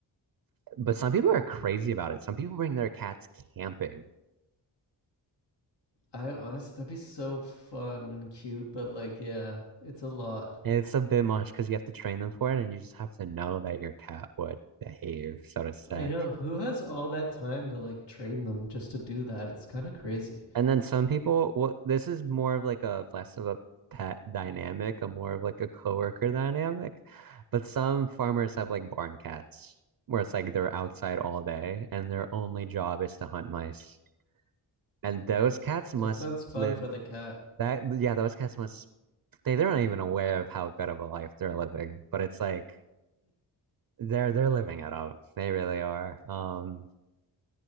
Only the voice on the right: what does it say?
but some people are crazy about it. Some people bring their cats camping.
And It's a bit much because you have to train them for it, and you just have to know that your cat would behave, so to say.
And then some people, well, this is more of like a less of a pet dynamic, a more of like a coworker dynamic. But some farmers have like barn cats where it's like they're outside all day and their only job is to hunt mice. And those cats must
live
that, yeah, those cats must, they, they're not even aware of how good of a life they're living, but it's like they're, they're living it up. They really are. Um,